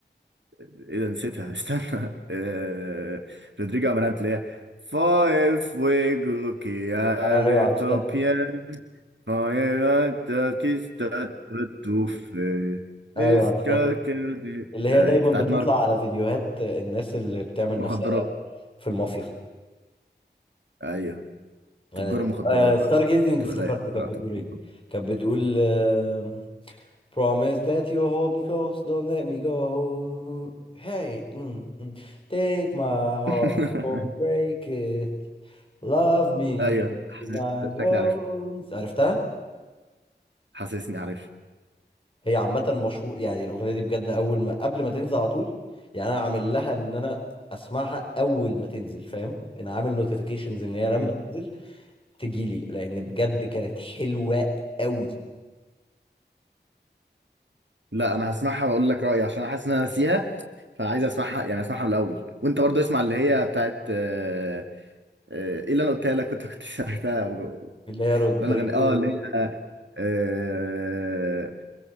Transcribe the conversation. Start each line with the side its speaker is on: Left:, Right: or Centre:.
Right: ايه ده نسيتها <laughs> استنى آه... رودريجو امارانت اللي هي فاي فويجو كيار
Left: ايوه عرفتها
Right: توبيا فاي تاكيستا تاتوف
Left: ايوه
Right: بيسكا
Left: عرفتها
Right: كيردي
Left: اللي هي
Right: أيوة،
Left: دايما
Right: بتاعت
Left: بتطلع
Right: ناركو
Left: على فيديوهات الناس اللي بتعمل
Right: مخدرات
Left: نفسها في المافيا
Right: ايوه
Left: ايوه
Right: تجار مخدرات
Left: آه
Right: بقى
Left: ستار جيزنج
Right: تبقى
Left: افتكرت
Right: لايق أكتر
Left: كانت
Right: على
Left: بتقول
Right: تجار
Left: ايه
Right: مخدرات
Left: كانت بتقول آه Promise that you hold me close, don't let me go. Hey, mm, mm. Take my heart,
Right: <laughs>
Left: don't break it. Love me
Right: ايوه حاسس-
Left: to my bones.
Right: شكلي عارف
Left: عرفتها؟
Right: حاسسني عارف
Left: هي عامة مشهور يعني الأغنية دي بجد أول ما قبل ما تنزل على طول يعني أنا عامل لها إن أنا أسمعها أول ما تنزل فاهم؟ أنا عامل نوتيفيكيشنز إن هي
Right: مم.
Left: لما تنزل تجيلي لأن بجد كانت حلوة أوي
Right: لا انا هسمعها واقول لك رايي عشان حاسس ان انا ناسيها فعايز اسمعها يعني اسمعها من الاول وانت برضو اسمع اللي هي بتاعت آه، آه، ايه اللي انا قلتها لك كنت كنت سمعتها و- و-
Left: اللي هي رودريجو
Right: اللي انا غني اه اللي هي آه،